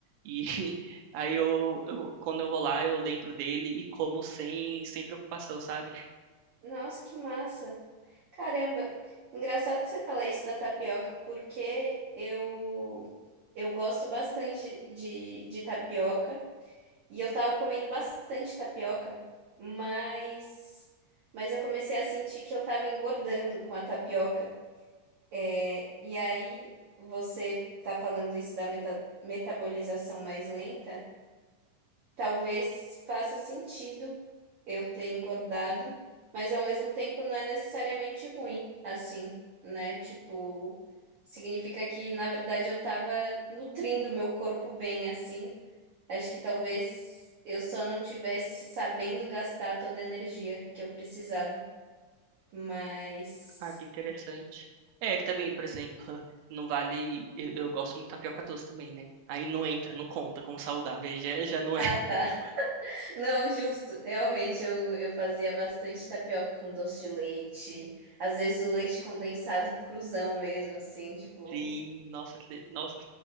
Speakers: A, on the right (about 85°); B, on the right (about 70°).
A: E <laughs> aí eu, eu- quando eu vou lá, eu lembro dele e como sem, sem preocupação, sabe? <laughs>
B: Nossa, que massa! Caramba, engraçado você falar isso da tapioca, porque eu eu gosto bastante de, de, de tapioca e eu tava comendo bastante tapioca, mas mas eu comecei a sentir que eu tava engordando com a tapioca. É, e aí você tá falando isso da meta- metabolização mais lenta. Talvez faça sentido eu ter engordado, mas ao mesmo tempo não é necessariamente ruim, assim, né? Tipo, significa que na verdade eu tava nutrindo meu corpo bem, assim. Acho que talvez eu só não tivesse sabendo gastar toda a energia que eu precisava, mas.
A: Ah, que interessante. É, que também, por exemplo, <laughs> não vale. Eu, eu gosto muito de tapioca doce também, né? Aí não entra, não conta como saudável, aí já, <laughs> já não
B: ah
A: é. <laughs>
B: tá Não, justo. Realmente, eu, eu fazia bastante tapioca com doce de leite. Às vezes o leite condensado cruzão mesmo, assim, tipo.
A: Sim, nossa, que de... nossa,